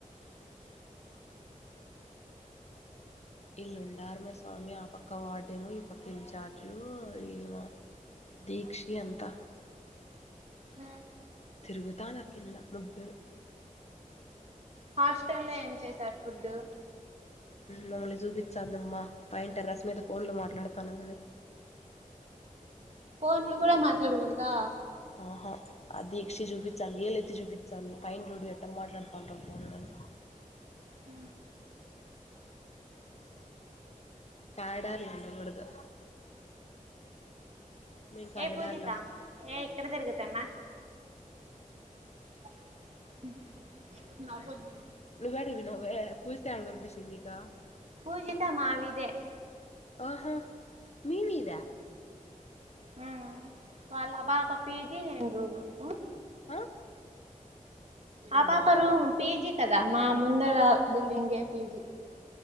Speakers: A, on the left; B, on the right.
A: ఇల్లుండార్ మే స్వామి ఆ పక్క వార్డేను ఈ పక్క ఇన్చార్జు ఈమ దీక్షి అంత
B: ఆ
A: తిరుగుతా నా కింద ముగ్గురు
B: హాస్టల్లో ఏం చేసారు ఫుడ్డు
A: మమ్మల్ని చూపించాందమ్మా పైన్ టెర్రస్ మీద ఫోన్లు మాట్లాడతానం గానీ
B: ఫోన్లు కూడ మాట్లాడకూడదా
A: ఆహా అ దీక్షి చూపించాంది ఏలెత్తి చూపించాంది పైన చూడు ఎట్ట మాట్లాడతాండ్రో ఫోన్లని
B: ఊ
A: కార్రీడార్ల ఉండకూడదు మేం కారిడార్లో
B: ఏయ్ పూజితా ఏ ఇక్కడ తిరుగుతాన్న <inaudible> నవ్వొద్దు
A: నువ్వేడి పోయినవె పూజిత ఎడ కనిపించింది నీకు
B: పూజిత మా వీదె
A: ఆహా మీ వీధా
B: మ్ వాళ ఆ పాప పీజీ నెను రూమ్ ఉమ్
A: ఆ
B: ఆ పాప రూమ్ పీజీ కదా మా ముందర బిల్డింగే పీజీ